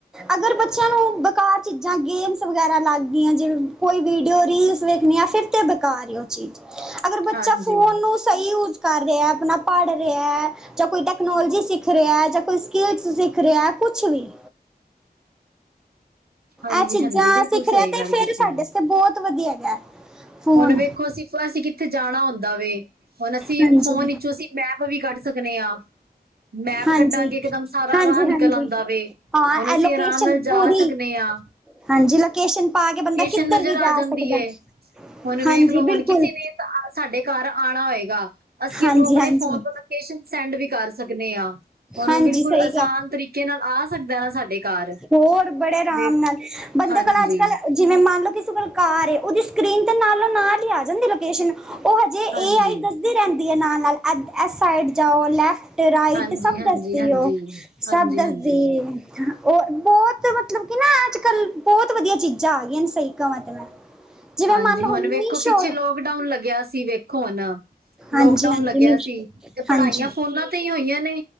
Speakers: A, in the centre; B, on the right (about 70°).
A: ਅਗਰ ਬੱਚਿਆਂ ਨੂੰ ਬੇਕਾਰ ਚੀਜ਼ਾਂ, ਗੇਮਸ ਵਗੈਰਾ ਲੱਗ ਗਈਆਂ ਜਿਵੇਂ ਕੋਈ ਵੀਡੀਓ ਰੀਲੀਜ਼ ਵੇਖਣੀਆਂ, ਫਿਰ ਤੇ ਬੇਕਾਰ ਹੀ ਏ ਉਹ ਚੀਜ਼, ਅਗਰ ਬੱਚਾ
B: ਹਾਂਜੀ
A: ਫੋਨ ਨੂੰ ਸਹੀ ਯੂਜ ਕਰ ਰਿਹਾ, ਆਪਣਾ ਪੜ੍ਹ ਰਿਹਾ ਜਾਂ ਕੋਈ ਟੈਕਨੋਲਜਜੀ ਸਿੱਖ ਰਿਹਾ ਜਾਂ ਕੋਈ ਸਕਿੱਲਸ ਸਿੱਖ ਰਿਹਾ, ਕੁਛ ਵੀ
B: ਹਾਂਜੀ
A: ਆ ਚੀਜ਼ਾਂ
B: ਹਾਂਜੀ ਬਿਲਕੁਲ
A: ਸਿੱਖ
B: ਸਹੀ
A: ਰਿਹਾ ਤੇ
B: ਗੱਲ
A: ਫਿਰ
B: ਕੀਤੀ
A: ਸਾਡੇ
B: ਇਹਨੂੰ
A: ਤੇ ਬਹੁਤ ਵਧੀਆ ਹੈਗਾ। ਫੋਨ
B: ਹੁਣ ਵੇਖੋ ਅਸੀਂ ਫਰਸ ਕਿੱਥੇ ਜਾਣਾ ਹੁੰਦਾ ਵੇ ਹੁਣ ਅਸੀਂ
A: ਹਾਂਜੀ
B: ਫੋਨ ਵਿੱਚੋਂ ਅਸੀਂ ਮੈਪ ਵੀ ਕੱਢ ਸਕਦੇ ਆਂ ਮੈਪ
A: ਹਾਂਜੀ,
B: ਕੱਢਾਂਗੇ, ਇਕਦਮ ਸਾਰਾ
A: ਹਾਂਜੀ,
B: ਰਾਹ ਨਿਕਲ
A: ਹਾਂਜੀ
B: ਆਉਂਦਾ ਵੇ
A: ਹਾਂ
B: ਹੁਣ ਅਸੀਂ
A: ਐ ਲੋਕੇਸ਼ਨ
B: ਆਰਾਮ ਨਾਲ ਜਾ
A: ਪੂਰੀ
B: ਸਕਦੇ ਆਂ
A: ਹਾਂਜੀ, ਲੋਕੇਸ਼ਨ ਪਾ ਕੇ ਬੰਦਾ
B: ਅੱਛਾ
A: ਕਿੱਧਰ
B: ਨਜ਼ਰ
A: ਵੀ ਜਾ
B: ਆ ਜਾਂਦੀ
A: ਸਕਦਾ।
B: ਏ। ਹੁਣ ਵੇਖ
A: ਹਾਂਜੀ
B: ਲਓ ਹੁਣ
A: ਬਿਲਕੁਲ,
B: ਕਿਸੇ ਨੇ ਸਾਡੇ ਘਰ ਆਣਾ ਹੋਏਗਾ, ਅਸੀਂ
A: ਹਾਂਜੀ,
B: ਉਹਨੂੰ ਆਪਣੇ
A: ਹਾਂਜੀ,
B: ਫੋਨ ਤੋਂ ਲ ਲੋਕੇਸ਼ਨ ਸੈਂਡ ਵੀ ਕਰ ਸਕਦੇ ਆ, ਹੁਣ
A: ਹਾਂਜੀ
B: ਬਿਲਕੁਲ
A: ਸਹੀ
B: ਆਸਾਨ
A: ਗੱਲ
B: ਤਰੀਕੇ ਨਾਲ ਆ ਸਕਦਾ ਨਾ ਸਾਡੇ ਘਰ।
A: ਹੋਰ ਬੜੇ ਆਰਾਮ
B: ਵੇਖ
A: ਨਾਲ, ਬੰਦੇ
B: ਹਾਂਜੀ
A: ਕੋਲ ਅੱਜ- ਕੱਲ੍ਹ ਜਿਵੇਂ ਮੰਨ ਲਓ ਕਿ ਇਸ ਕੋਲ ਕਾਰ ਏ, ਉਹਦੀ ਸਕਰੀਨ 'ਤੇ ਨਾਲੋਂ ਨਾ ਹੀ ਆ ਜਾਂਦੀ ਲੋਕੇਸ਼ਨ ਉਹ ਹਜੇ
B: ਹਾਂਜੀ
A: ਆਈ
B: ਹਾਂਜੀ
A: ਦੱਸਦੀ ਰਹਿੰਦੀ ਹੈ ਨਾਲ -ਨਾਲ ਇਸ ਸਾਈਡ ਜਾਓ ਲੈਫਟ ਰਾਈਟ
B: ਹਾਂਜੀ
A: ਸਭ
B: ਹਾਂਜੀ
A: ਦੱਸਦੀ
B: ਹਾਂਜੀ
A: ਓ, ਸਭ ਦੱਸਦੀ
B: ਹਾਂਜੀ
A: ਏ। ਹੋਰ ਬਹੁਤ ਮਤਲਬ ਕਿ ਨਾ ਅੱਜ- ਕੱਲ੍ਹ, ਬਹੁਤ ਵਧੀਆ ਚੀਜ਼ਾਂ ਆ ਗਈਆਂ ਨੇ ਸਹੀ ਕਵਾਂ ਤੇ ਮੈਂ ਜਿਵੇਂ
B: ਹਾਂਜੀ,
A: ਮੰਨ ਲਓ
B: ਹੁਣ ਵੇਖੋ
A: ਮੀਸ਼ੋ
B: ਪਿੱਛੇ ਲੋਕਡਾਊਨ ਲੱਗਿਆ ਸੀ ਵੇਖੋ ਹੁਨ
A: ਹਾਂਜੀ
B: ਲੋਕਡਾਊਨ
A: ਹਾਂਜੀ
B: ਲੱਗਿਆ
A: ਮੀਸ਼ੋ
B: ਸੀ ਤੇ ਪੜ੍ਹਾਈਆਂ
A: ਹਾਂਜੀ
B: ਫੋਨਾਂ ਤੇ ਹੀ ਹੋਈਆਂ ਨੇ।